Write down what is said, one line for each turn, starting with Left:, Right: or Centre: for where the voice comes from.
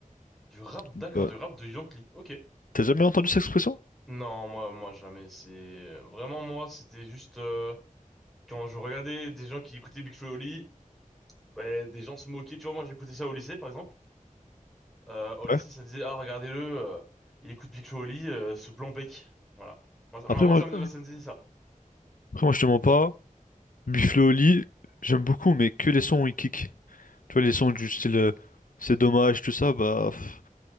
Centre: Du rap, d'accord,
Left: Bah.
Centre: du rap de Yankee. Ok.
Left: T'as jamais entendu cette expression?
Centre: Non, moi, moi, jamais. C'est vraiment moi. C'était juste euh, quand je regardais des gens qui écoutaient Big Flo et Oli, ouais, des gens se moquaient. Tu vois, moi, j'écoutais ça au lycée, par exemple. Euh, au lycée,
Left: Ouais.
Centre: ça disait, ah, regardez-le, euh, il écoute Big Flo et Oli, euh, ce blanc bec. Voilà. Moi, ça, moi,
Left: Après
Centre: moi,
Left: moi,
Centre: ça me,
Left: je-
Centre: moi, ça me disait ça.
Left: après moi je te mens pas. Buffalo au lit, j'aime beaucoup, mais que les sons où il kick. Tu vois, les sons du style euh, c'est dommage, tout ça, bah. pff.